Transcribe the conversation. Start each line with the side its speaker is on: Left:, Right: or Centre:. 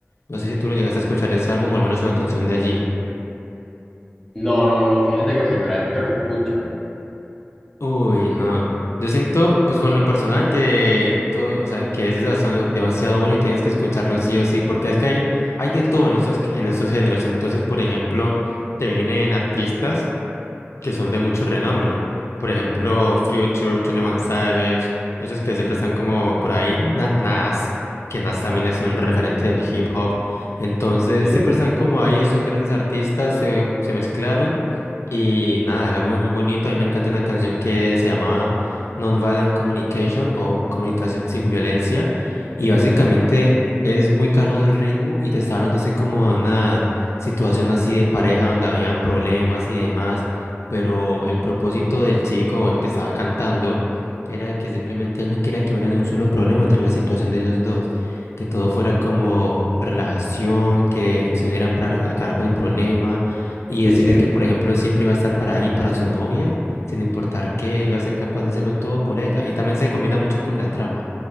Left: No sé si tú lo llegaste a escuchar ese álbum o al menos una canción de allí.
Centre: No, no, no, fíjate que primera vez que lo escucho.
Left: Uy, no. Yo siento, pues por lo personal, que todo, o sea, que es demasiado, demasiado bueno y tienes que escucharlo sí o sí, porque es que hay, hay de todo en esos, en esos géneros. Entonces, por ejemplo, te vienen artistas que son de mucho renombre. Por ejemplo, Future, twenty One Savage, esos que siempre están como por ahí, Na- Nas, que Nas también es un referente del hip hop. Entonces,
Centre: Sí,
Left: siempre están como ahí esos grandes artistas, se, se mezclaron. Y nada, el álbum es muy bonito. A mí me encanta una canción que se llamaba Nonviolent Communication o Comunicación sin Violencia. Y básicamente es muy calmado el ritmo y te está hablando así como de una situación así de pareja donde habían problemas y demás pero el propósito del chico, el que estaba cantando, era de que simplemente él no quería que hubiera ni un solo problema entre la situación de ellos dos, que todo fuera como relajación, que se unieran para acabar con el problema y
Centre: sí,
Left: decirle
Centre: sí.
Left: que, por ejemplo, siempre iba a estar para ahí, para su novia, sin importar qué, iba a ser capaz de hacerlo todo por ella. Y también se combina mucho con la trama,